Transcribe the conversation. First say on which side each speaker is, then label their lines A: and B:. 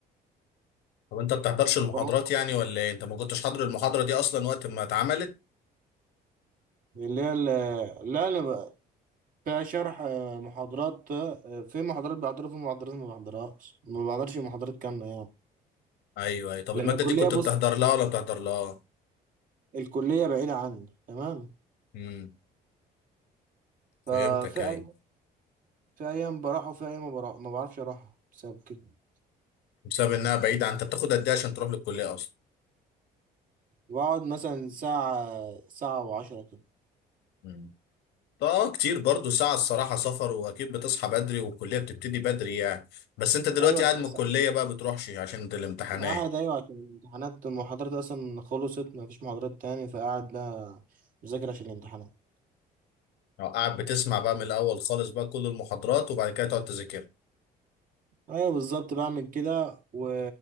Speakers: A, on the left (about 85°); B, on the right (about 55°).
A: طب انت بتحضرش المحاضرات
B: فهو-
A: يعني ولا ايه انت ما كنتش حاضر المحاضرة دي اصلا وقت ما اتعملت
B: اللي هي ال... لا أنا ب... كشرح آه، محاضرات آه، في محاضرات بحضرها في محاضرات ما بحضرهاش ما بحضرش محاضرات كاملة يعني
A: ايوه ايوه طب
B: لأن
A: المادة
B: الكلية
A: دي كنت
B: بص
A: بتحضر لها ولا بتحضر لها
B: الكلية بعيدة عني تمام
A: امم فهمتك
B: ففي
A: ايوه
B: أيام في أيام بروح وفي أيام ما بروح ما بعرفش أروح بسبب كده
A: بسبب انها بعيدة عن- انت بتاخد قد ايه عشان تروح للكلية اصلا
B: بقعد مثلا ساعة ساعة وعشرة كده
A: امم طب اه كتير برضو ساعة الصراحة سفر واكيد بتصحى بدري والكلية بتبتدي بدري يعني بس انت دلوقتي
B: أيوة
A: قاعد
B: تسعة
A: من الكلية بقى بتروحش عشان الامتحانات
B: أنا قاعد أيوة عشان الامتحانات المحاضرات أصلا خلصت مفيش محاضرات تاني فقاعد بقى مذاكر عشان الامتحانات
A: أو قاعد بتسمع بقى من الاول خالص بقى كل المحاضرات وبعد كده تقعد تذاكرها
B: أيوة بالظبط بعمل كده و...